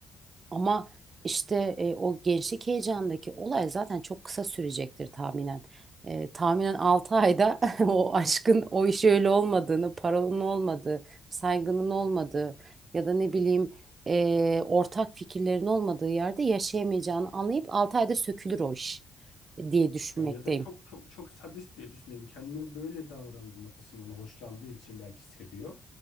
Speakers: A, on the right; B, on the left.
A: Ama işte e, o gençlik heyecanındaki olay zaten çok kısa sürecektir tahminen. E, tahminen 6 ayda <laughs> o aşkın o iş öyle olmadığını, parolun olmadığı, saygının olmadığı ya da ne bileyim e, ortak fikirlerin olmadığı yerde yaşayamayacağını anlayıp 6 ayda sökülür o iş diye düşünmekteyim.
B: Ya ya da çok çok çok sadist diye düşünelim. Kendine böyle davranılmasından hoşlandığı için belki seviyor.